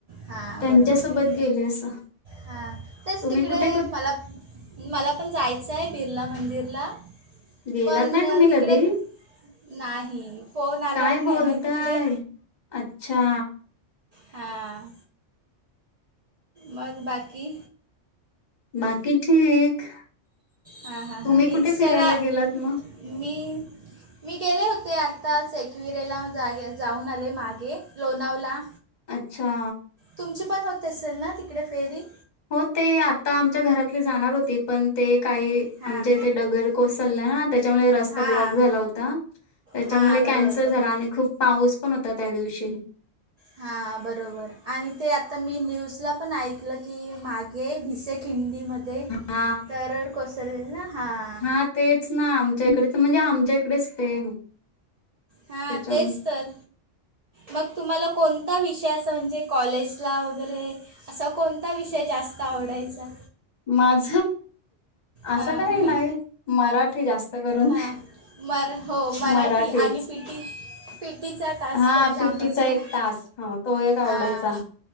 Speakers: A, on the right; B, on the left.
A: हां
B: त्यांच्यासोबत
A: बरोबर
B: गेले असं
A: हां तेच
B: तुम्ही
A: तिकडे
B: कुठे कुठ
A: मला मला पण जायचं आहे बिर्ला मंदिरला
B: गेलात
A: पण
B: नाही तुम्ही
A: तिकडे
B: कधी
A: नाही फोन आलावर
B: काय
A: नाही
B: बोलताय
A: ना तिकडे
B: अच्छा
A: हां मग बाकी
B: बाकी ठीक
A: हां हां
B: तुम्ही
A: हां
B: कुठे
A: इंस्टाला
B: फिरायला गेलात मग
A: मी मी गेले होते आत्ता सेकविरेला जागे जाऊन आले मागे लोणावला
B: अच्छा
A: तुमची पण होत असेल ना तिकडे फेरी
B: हो ते आता आमच्या घरातली जाणार होती पण ते काही
A: हां
B: आमच्या इथे डगर कोसललं ना त्याच्यामुळे रस्ता
A: हां
B: ब्लॉक झाला होता त्याच्यामुळे
A: हां बरोबर
B: कॅन्सल
A: बरोबर
B: झाला आणि खूप पाऊस पण होता त्या दिवशी
A: हा बरोबर आणि ते आता मी न्यूजला पण ऐकलं की मागे भिसे खिंडीमध्ये ते
B: हा
A: तरड कोसळलेल ना हां
B: हा तेच ना आमच्या इकडेच म्हणजे आमच्याकडेच ते
A: हा
B: त्याच्या
A: तेच तर मग तुम्हाला कोणता विषय असं म्हणजे कॉलेजला वगैरे असा कोणता विषय जास्त आवडायचा
B: माझ असं
A: हां
B: काही नाही मराठी जास्त करून
A: हां मर हो मराठी
B: मराठीच
A: आणि पी टी पीटीचा तास
B: हा
A: तर जामच
B: पिटीचा
A: ना
B: एक तास ह तो एक आवडायचा
A: हां